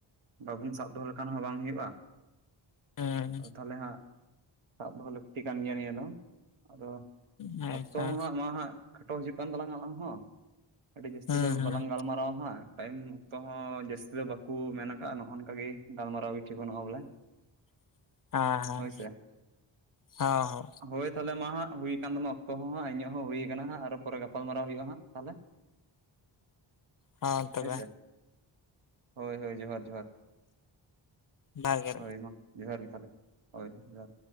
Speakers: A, on the right (about 85°); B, on the left (about 45°).
A: ᱵᱟᱵᱩᱱ ᱥᱟᱵ ᱫᱚ ᱦᱚ ᱞᱮᱠᱷᱟᱱ ᱦᱚᱸ ᱵᱟᱝ ᱦᱩᱭᱩᱜᱼᱟ
B: ᱦᱮᱸ
A: ᱟᱫᱚ ᱛᱟᱦᱚᱞᱮ ᱦᱟᱸᱜ ᱥᱟᱵ ᱫᱚᱦᱚ ᱞᱟᱹᱠᱛᱤ ᱠᱟᱱ ᱜᱮᱭᱟ ᱱᱤᱭᱟᱹ ᱫᱚ ᱟᱫᱚᱼᱼ
B: ᱦᱮᱸᱛᱚ
A: ᱚᱠᱛᱚ ᱦᱟᱸᱜ ᱢᱟ ᱦᱟᱸᱜ ᱠᱷᱟᱴᱚ ᱦᱤᱡᱩᱜ ᱠᱟᱱ ᱛᱟᱞᱟᱝ ᱟᱞᱟᱝ ᱦᱚᱸᱼᱼ ᱟᱹᱰᱤ ᱡᱟᱹᱥᱛᱤ
B: ᱦᱮᱸ
A: ᱫᱚ
B: ᱦᱮᱸ
A: ᱵᱟᱞᱟᱝ ᱜᱟᱞᱢᱟᱨᱟᱣᱟ ᱦᱟᱸᱜᱼᱼ ᱴᱟᱭᱤᱢ ᱚᱠᱛᱚ ᱦᱚᱸ ᱡᱟᱹᱥᱛᱤ ᱫᱚ ᱵᱟᱠᱚ ᱢᱮᱱ ᱟᱠᱟᱜᱼᱟ ᱱᱚᱜ ᱱᱚᱝᱠᱟ ᱜᱮ ᱜᱟᱞᱢᱟᱨᱟᱣ ᱜᱮ ᱴᱷᱤᱠ ᱵᱟᱹᱱᱩᱜᱼᱟ ᱵᱚᱞᱮᱼᱼ
B: <inaudible> ᱦᱮᱸ ᱦᱮᱸ
A: ᱦᱳᱭ ᱥᱮ
B: ᱦᱚᱸ ᱦᱚᱸ
A: ᱦᱳᱭ, ᱛᱟᱦᱚᱞᱮ ᱢᱟ ᱦᱟᱸᱜ ᱦᱩᱭ ᱠᱟᱱᱟᱱ ᱛᱟᱢᱟ ᱚᱠᱛᱚ ᱦᱚᱸ ᱦᱟᱸᱜ ᱤᱧᱟᱹᱜ ᱦᱚᱸ ᱦᱩᱭ ᱠᱟᱱᱟ ᱦᱟᱸᱜ ᱟᱨᱚ ᱯᱚᱨᱮ ᱜᱟᱯᱟᱞᱢᱟᱨᱟᱣ ᱦᱩᱭᱩᱜᱼᱟ ᱦᱟᱸᱜ ᱛᱟᱦᱚᱞᱮ
B: ᱦᱚᱸ ᱛᱚᱵᱮ,
A: ᱦᱳᱭ ᱥᱮ ᱦᱳᱭ ᱦᱳᱭ ᱡᱚᱦᱟᱨ ᱡᱚᱦᱟᱨ
B: ᱵᱷᱟᱜᱮ
A: ᱦᱳᱭ ᱢᱟ ᱡᱚᱦᱟᱨ ᱜᱮ ᱛᱟᱦᱚᱞᱮ ᱦᱳᱭ ᱡᱚᱦᱟᱨ